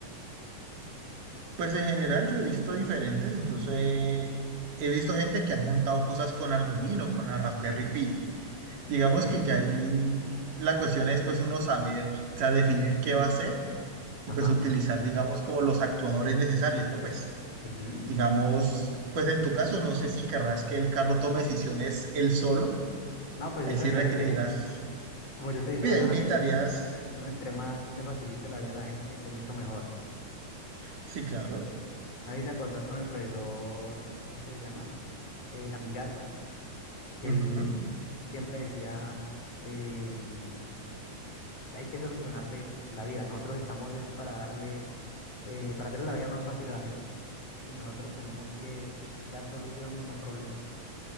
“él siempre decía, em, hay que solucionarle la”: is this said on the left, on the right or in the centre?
Left